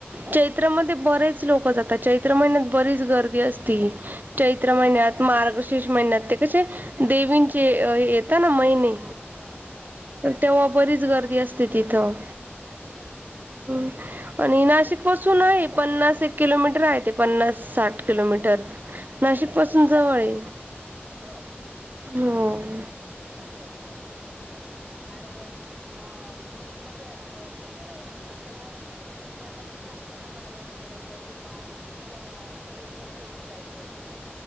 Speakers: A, on the right; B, on the right.
A: चैत्रामध्ये
B: हम्म
A: बरेच लोकं जातात, चैत्र महिन्यात बरीच गर्दी असती, चैत्र
B: अच्छा
A: महिन्यात, मार्गशिर्ष महिन्यात ते कसे देवींचे येत ना महिने
B: हा हा हा हा
A: पण तेव्हा बरीच गर्दी असते तिथं
B: अच्छा
A: ह आणि नाशिक पासून आहे पन्नास एक किलोमीटर आहे ते पन्नास साठ किलोमीटर
B: अच्छा
A: नाशिक पासून जवळ आहे.
B: बर हम्म
A: हो
B: चांगलंय चांगलंय आणि अ मग म्हणजे किती वेळ लागतो? चढायला किती वेळ म्हणजे आता समजा आपल्याला पायऱ्यानी चढायचं किंवा असं डोंगर चढून जायचं